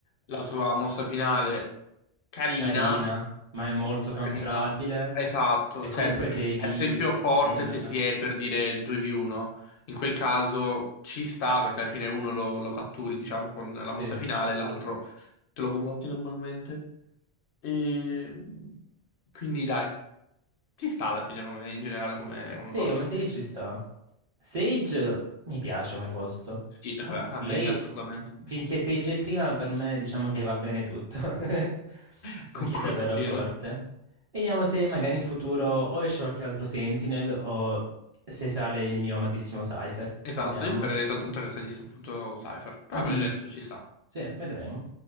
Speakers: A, on the left; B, on the right.
A: La sua mossa finale, carina,
B: Carina, ma è molto counterabile.
A: carina. Esatto,
B: E comunque
A: cioè,
B: devi
A: ad esempio forte
B: prenderla.
A: se si è per dire 2v1. In quel caso ci sta, perché alla fine uno lo, lo catturi, diciamo, con la
B: Sì.
A: mossa finale, l'altro te lo combatti normalmente. E... Quindi dai. Ci sta alla fine come, in generale come, come
B: Sì,
A: cosa.
B: Aumenta di ci sta. Sage mi piace come posto.
A: Sì, vabbè, a
B: Lei,
A: me assolutamente.
B: finché 6G prima, per me diciamo che va bene tutto, <laughs> perché
A: <laughs> Concordo
B: è davvero
A: appieno.
B: forte. Vediamo se magari in futuro o esce qualche altro Sentinel o se sale il mio amatissimo Cypher.
A: Esatto,
B: Vediamo.
A: io spererei soltanto che salisse appunto Cypher, però
B: Mhm,
A: per il resto ci sta.
B: Sì, vedremo.